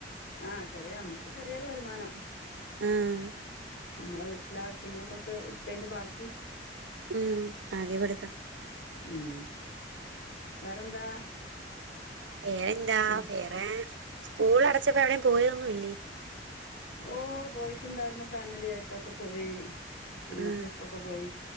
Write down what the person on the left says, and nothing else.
ആ ചെറിയ അമക്ക് ചെറിയരു വരുമാനം
നമ്മളെ വീട്ടിലെ ആവശ്യങ്ങൾക്കൊക്കെ ഇട്ത്തെയ്ന്റെ ബാക്കി
ഉം വേറെന്താ
പിന്നെ
ഓ പോയിട്ടുണ്ടായിരുന്നു ഫാമിലി ആയിട്ടൊക്കെ പോയി പിന്നെ
ട്രിപ്പൊക്കെ പോയി